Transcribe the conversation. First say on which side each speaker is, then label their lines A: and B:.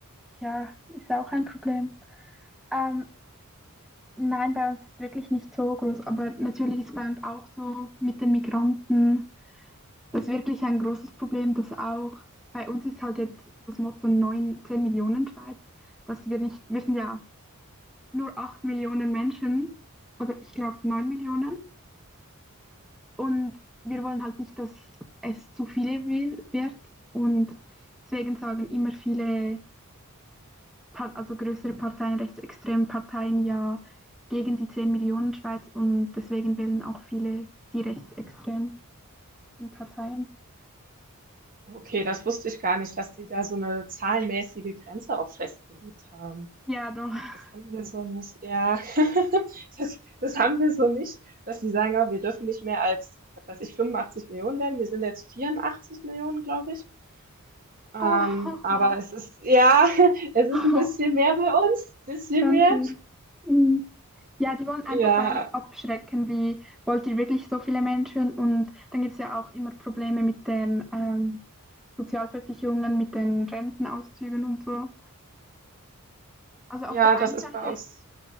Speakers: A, in the centre; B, on the right.
A: ja, ist auch ein Problem. Ähm, Nein, bei uns ist es wirklich nicht so groß, aber natürlich ist bei uns auch so mit den Migranten das ist wirklich ein großes Problem, dass auch bei uns ist halt jetzt das Motto 9, 10 Millionen Schweiz, dass wir nicht, wir sind ja nur 8 Millionen Menschen oder ich glaube neun Millionen und wir wollen halt nicht, dass es zu viele will- wird und deswegen sagen immer viele also größere Parteien, rechtsextreme Parteien ja gegen die 10 Millionen Schweiz und deswegen wählen auch viele die rechtsextremen Parteien.
B: Okay, das wusste ich gar nicht, dass die da so eine zahlenmäßige Grenze auch festgelegt haben.
A: Ja, doch. <laughs>
B: Das haben wir so nicht, ja. <laughs> Das das haben wir so nicht, dass die sagen: „Ah, wir dürfen nicht mehr als, was weiß ich, fünfundachtzig Millionen werden. Wir sind jetzt vierundachtzig Millionen, glaube ich.“ Ähm,
A: Oh, oh,
B: aber
A: oh.
B: es ist ja, <laughs> es ist
A: Oh,
B: ein bisschen mehr bei uns, bisschen
A: schon
B: mehr.
A: viel. Mhm. Ja, die wollen einfach
B: Ja,
A: bei uns abschrecken, wie wollt ihr wirklich so viele Menschen? Und dann gibt es ja auch immer Probleme mit den ähm, Sozialversicherungen, mit den Rentenauszügen und so. Also
B: ja,
A: auf der einen
B: das ist
A: Seite
B: bei uns